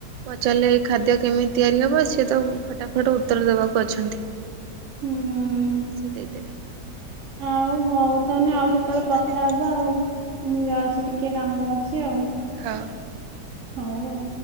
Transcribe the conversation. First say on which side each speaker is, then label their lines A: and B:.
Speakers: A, on the right; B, on the right.
A: ପଚାର୍ଲେ ଏଇ ଖାଦ୍ୟ କେମିତି ତିଆରି ହେବ ସିଏ ତ ଫଟାଫଟ୍ ଉ ଉତ୍ତର ଦେବାକୁ ଅଛନ୍ତି
B: ହୁଁ
A: ସେ ଦେଇଦେବେ।
B: ଆଉ ହଉ ତାହେନେ ଆଉ କେତେଳେ
A: ହଉ
B: କଥା
A: ତାହେଲେ
B: ହେବା ଆଉ? ମୁଁ ଯାଉଛି ଟିକିଏ କାମ ଅଛି ଆଉ।
A: ହଁ।
B: ହଉ ଆଉ।